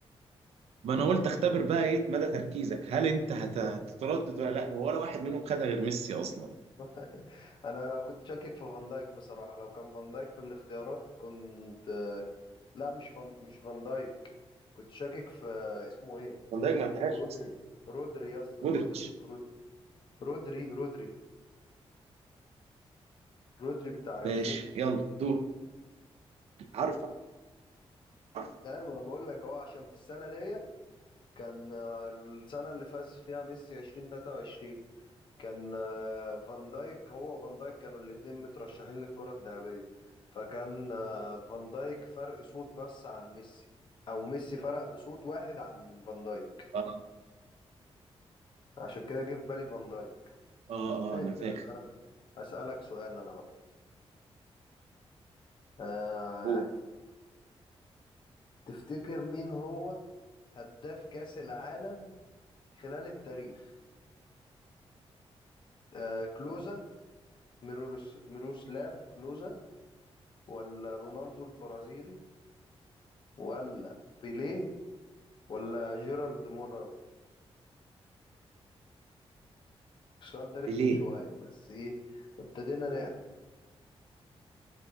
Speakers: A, on the right (about 80°); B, on the left (about 50°).
A: ما انا قلت اختبر بقى ايه مدى تركيزك هل انت هت- هتتردد ولا لا ولا واحد منهم خدها غير ميسي اصلا
B: <laughs> أنا كنت شاكك في فان دايك بصراحة لو كان فان دايك في الاختيارات كنت لا مش فان مش فان دايك كنت شاكك في اسمه إيه
A: فان دايك ما فيهاش
B: رودري رودري يا اسطى
A: مودريتش
B: رودري رود... رودري رودري رودري بتاع
A: ماشي
B: السيتي
A: يلا دور عارفه عارفه
B: دايما أنا بقول لك أهو عشان في السنة ديت كان آه، السنة اللي فاز فيها ميسي 2023 كان آه، فان دايك هو وفان دايك كانوا الاتنين مترشحين للكرة الذهبية فكان آه، فان دايك فرق صوت بس عن ميسي او ميسي فرق بصوت واحد عن فان دايك
A: اه
B: عشان كده جه في بالي فان دايك
A: اه
B: ماشي
A: اه انا فاكر
B: هسألك هسألك سؤال انا بقى أه...
A: قول.
B: تفتكر مين هو هداف كأس العالم خلال التاريخ أه... كلوزا ميرولوس... ميروسلاف كلوزا ولا رونالدو البرازيلي ولا بيليه ولا جيرالد مولر السؤال ده رخم
A: بيليه
B: شوية بس ايه ابتدينا نعلم